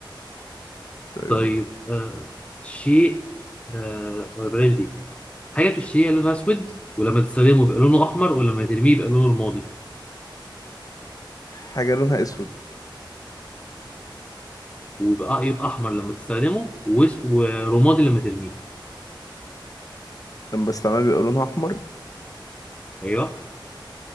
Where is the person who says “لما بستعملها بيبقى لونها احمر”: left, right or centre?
Left